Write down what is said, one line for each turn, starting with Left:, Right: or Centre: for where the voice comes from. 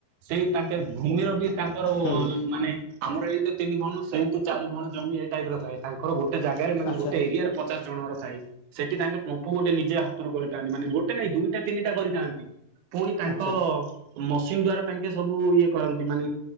Right: ସେଇ ତାଙ୍କେ ଭୂମିର ବି ତାଙ୍କର ଓ
Left: ହୁଁ
Right: ଅଲ୍ ମାନେ ଆମର ଏଇଠୁ ତିନି ଭୋଉଣ୍ ସେଇଠୁ ଚାର୍ ଭୋଉଣ୍ ଜମି ଏଇ ଟାଇପ୍ ର ଥାଏ ତାଙ୍କର ଗୋ ଟେ ଜାଗାରେ ମାନେ
Left: ଆଚ୍ଛା
Right: ଗୋଟେ ଏରିଆରେ ପଚାଶ୍ ଜଣଙ୍କର ସାଇ। ସେଠି ତାଙ୍କେ ପ୍ରପୁ ଗୋଟେ ନିଜ ହାତରୁ କରିଥାନ୍ତି ମାନେ ଗୋଟେ ନାଇଁ ଦୁଇଟା ତିନିଟା କରିଥାନ୍ତି। ପୁଣି ତାଙ୍କ
Left: ଆଚ୍ଛା
Right: ମସିନ୍ ଦ୍ଵାରା ତାଙ୍କେ ସବୁ ଇଏ କରନ୍ତି ମାନେ